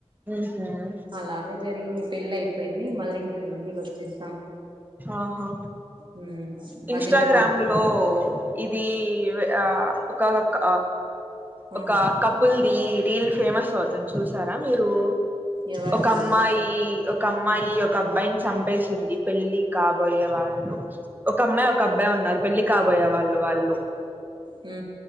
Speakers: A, on the right; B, on the right.
A: మ్మ్ హ్మ్
B: అలాగే జరిగింది పెళ్లి అయిపోయింది మళ్ళీ ఇంకా ఇంటికి వచ్చేసి
A: ఆహా
B: ఉమ్
A: ఇన్స్టాగ్రామ్
B: మళ్ళీ ఇంక మా
A: లో ఇది ఒక ఒకనొక
B: ఆ
A: ఒక కపుల్ ఈ రీల్ ఫేమస్ అవుతుంది చూసారా మీరు
B: ఎవరిదండి
A: ఒక అమ్మాయి ఒక అమ్మాయి ఒక అబ్బాయిని చంపేసింది పెళ్లి కాబోయే వాళ్ళు ఒక అమ్మాయి ఒక అబ్బాయి ఉన్నారు పెళ్లి కాబోయే వాళ్ళు వాళ్ళు
B: హు